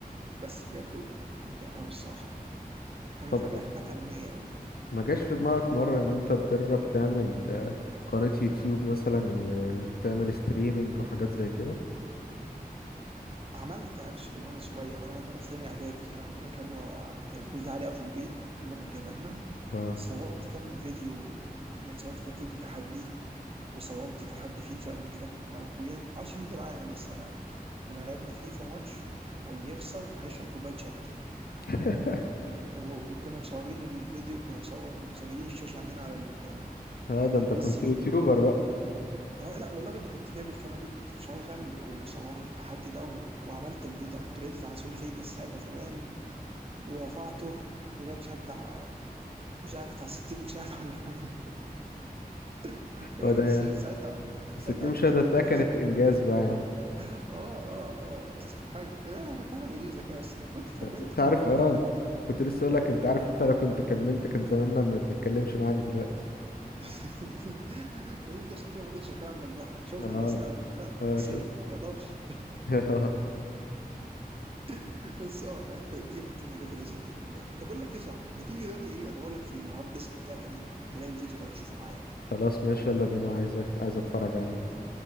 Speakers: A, on the right; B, on the left.
A: بس بجد ممتع قوي الصراحه حاجه
B: طب
A: في حاجه حاجه فنيه قوي
B: ما جاش في دماغك مرة ان انت تجرب تعمل آه، قناة يوتيوب مثلا وتعمل ستريمينج وحاجات زي كده؟
A: عملت اكشلي وانا صغير وانا وانا في ثانيه اعدادي كان عندنا كاميرا كانت كانت عاليه قوي في البيت بابا كان جايبها لنا
B: اه
A: صورت كام فيديو يعني صورت كام فيديو تحدي وصورت تحدي فيفا قبل كده كنت انا واخويا ما اعرفش الفيديو ده معايا ولا لسه ولا لا كنا لعبنا فيفا ماتش واللي يخسر هيشرب كوبايه شطه
B: <laughs>
A: و- وكنا مصورين الفيديو كنا مصور كنا مسجلين الشاشه عندنا على ال...
B: اه
A: على
B: ده انت
A: البي
B: كنت
A: سي
B: يوتيوبر بقى
A: اه لا والله بجد كنت جايب الكاميرا دي كنت مشغل وصورنا التحدي ده و... وعملت الفيديو عملت له اديت على سوني فيجاس ساعتها زمان ورفعته وجايب مش عارف بتاع مش عارف بتاع 60 مشاهده ولا حاجه <laughs>
B: وده يعني.
A: ساعتها ساعتها
B: بس دي
A: ما
B: مشاهدة
A: عملتش حاجه تانيه
B: هتلاقي كانت انجاز بقى يا عم
A: اه اه اه بس كانت حاجة كانت حاجة لذيذة كده بس لو كنت كملت
B: انت
A: كان
B: عارف
A: كنت
B: اه
A: هكمل
B: انت كنت لسه اقول لك انت عارف انت لو كنت كملت كان زماننا ما بنتكلمش معاك دلوقتي
A: <laughs> ما يمكن عشان كده ما قدرتش اكمل بقى شفت
B: اه
A: المستقبل قلت لا
B: اه
A: سيف
B: شوف
A: ما يقدرش
B: <laughs>
A: <laughs> بس اه يعني ده- دي من ضمن الحاجات اللي انا عملتها طب اقول لك ايه صح ما تيجي دلوقتي ايه ادور لك في الهارد ديسك بتاعي القديم ممكن الاقي الفيديو ده وتشوفه معايا
B: خلاص ماشي يلا بينا عايزك عايز اتفرج عليه